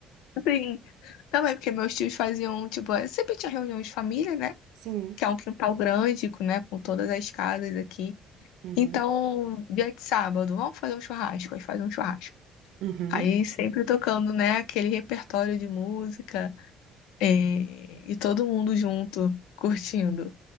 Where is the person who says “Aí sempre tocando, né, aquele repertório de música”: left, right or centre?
Left